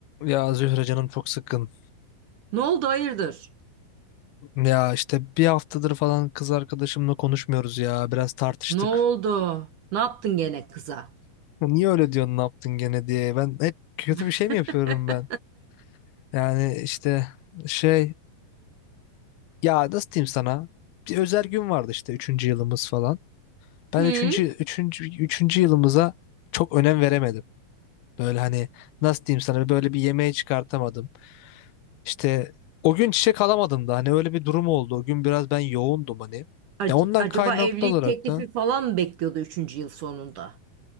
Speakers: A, on the left (about 85°); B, on the right (about 65°).
A: Ya Zühre canım çok sıkkın.
B: Ne oldu hayırdır?
A: Ya işte bir haftadır falan kız arkadaşımla konuşmuyoruz ya. Biraz tartıştık.
B: Ne oldu? Ne yaptın gene kıza?
A: Ya Niye öyle diyorsun ne yaptın gene diye. Ben hep kötü
B: <laughs>
A: bir şey mi yapıyorum ben? Yani işte şey ya nasıl diyeyim sana? Bir özel gün vardı işte üçüncü yılımız falan. Ben
B: Hı?
A: üçüncü, üçüncü, üçüncü yılımıza çok önem veremedim. Böyle hani nasıl diyeyim sana böyle bir yemeğe çıkartamadım. İşte o gün çiçek alamadım da hani öyle bir durum oldu. O gün biraz ben yoğundum hani.
B: Ac-
A: Ya ondan kaynaklı
B: acaba evlilik
A: olarak
B: teklifi
A: da
B: falan mı bekliyordu üçüncü yıl sonunda?